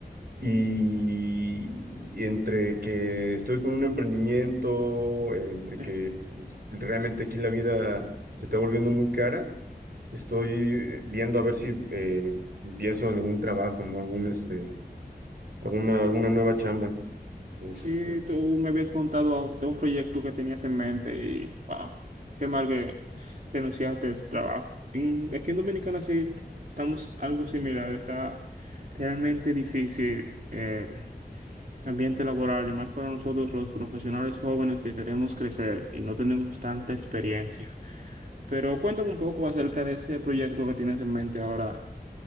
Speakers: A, on the right; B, on the right.
A: y, entre que estoy con un emprendimiento, entre
B: Sí,
A: que pues, realmente aquí la vida se está volviendo muy cara, estoy viendo a ver si eh, empiezo algún trabajo, ¿no? Algún, este alguna, alguna nueva chamba. Este,
B: Sí, tú me habías contado de un proyecto que tenías en mente y, wow, qué mal que renunciaste a ese trabajo. En- Aquí en Dominicana sí estamos algo similar. Está realmente difícil el ambiente laboral y más para nosotros los profesionales jóvenes que queremos crecer y no tenemos tanta experiencia. Pero cuéntame un poco acerca de ese proyecto que tienes en mente ahora,